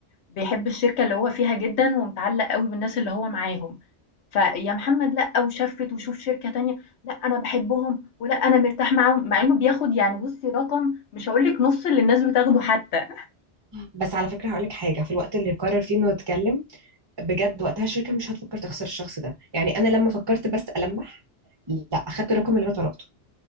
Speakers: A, on the left; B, on the right.
A: بيحب الشركه اللي هو فيها جدا ومتعلق قوي بالناس اللي هو معاهم فيا محمد لا وشفت وشوف شركه تانية لا انا بحبهم ولا انا مرتاح معاهم مع انه بياخد يعني بصي رقم مش هقول لك نص اللي الناس بتاخده حتى
B: بس على فكره هقول لك حاجه في الوقت اللي يقرر فيه انه يتكلم بجد وقتها الشركه مش هتفكر تخسر الشخص ده يعني انا لما فكرت بس المح لا اخدت الرقم اللي انا طلبته